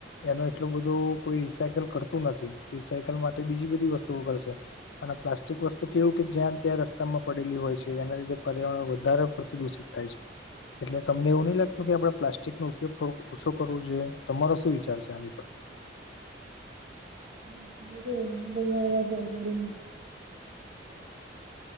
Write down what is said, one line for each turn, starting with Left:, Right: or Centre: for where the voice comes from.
Left: એનો એટલો બધો કોઈ રિસાયકલ કરતું નથી રિસાયકલ માટે બીજી બધી વસ્તુઓ કરશે પણ પ્લાસ્ટિક વસ્તુ કેવું કે જ્યાં ત્યાં રસ્તા માં પડેલી હોય છે એના લીધે પર્યાવરણ વધારે પ્રદૂ થાય છે એટલે તમને એવું નહી લાગતું કે આપડે પ્લાસ્ટિક નો ઉપયોગ થોડોક ઓછો કરવો જોઈએ તમારો શું વિચાર છે આની પર
Right: હ <unintelligible> ને સલી પણ